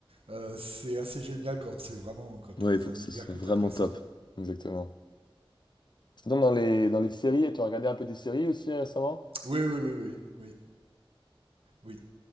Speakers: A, on the right; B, on the left.
A: euh, c'est assez génial quand c'est vraiment quand
B: Ouais,
A: t'es dans
B: il faut
A: un
B: que
A: univers
B: ce soit
A: que
B: vraiment
A: t'apprécies.
B: top. Exactement. Sinon, dans les, dans les séries, tu as regardé un peu des séries aussi euh, récemment?
A: Oui, oui, oui, oui, oui, oui.